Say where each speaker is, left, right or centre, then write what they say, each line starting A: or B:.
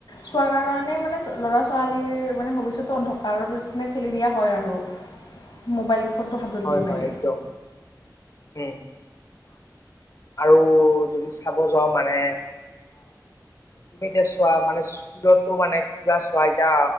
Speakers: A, on the left; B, on the left.
A: চোৱাৰ কাৰণে মানে ল'ৰা ছোৱালীৰ মানে ভৱিষ্যতটো অন্ধকাৰ নে ঠেলি দিয়া হয় আৰু মোবাইল ফোনটো হাতত
B: হয়
A: দি
B: হয়
A: মেলি
B: একদম হুম আৰু যদি চাব যাওঁ মানে তুমি এতিয়া চোৱা মানে স্কুলতো মানে কিবা চোৱা এতিয়া